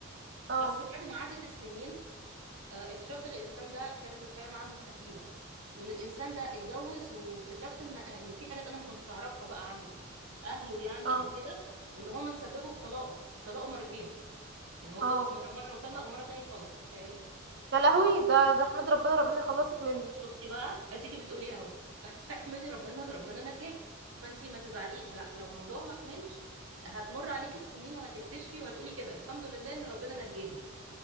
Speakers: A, on the right (about 50°); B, on the right (about 80°).
A: اه
B: بس بعد ما عدت السنين آه، اكتشفت الانسان ده كانت الحياه معاه مستحيله وان الانسان ده اتجوز واكتشفت ان آه، ان في حاجات انا ما كنتش اعرفها بقى عن اهله يعني
A: اه
B: او كده وان هما تسببوا في طلاقه في طلاقه مرتين يعني هو اتجوز
A: اه
B: مره مره وطلق ومره تانية وطلق تخيلي
A: يا لهوي ده ده احمد ربنا ربنا يخلصك منه
B: شفتي بقى اديكي بتقولي اهو <laughs> احمدي ربنا ان ربنا نجاكي فانتي ما تزعليش لا لو موضوع ما كملش هتمر عليكي السنين وهتكتشفي وهتقولي كده الحمد لله ان ربنا نجاني